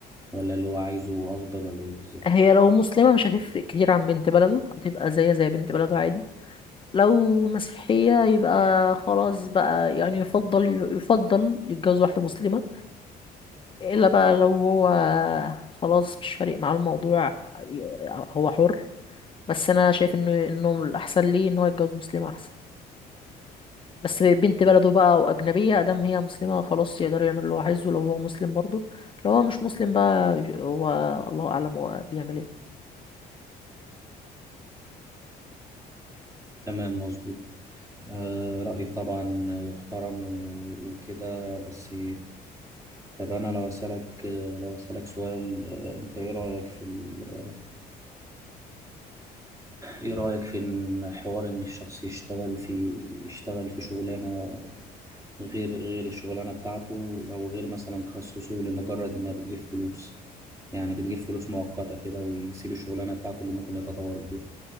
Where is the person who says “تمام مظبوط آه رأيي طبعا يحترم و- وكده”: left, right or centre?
Right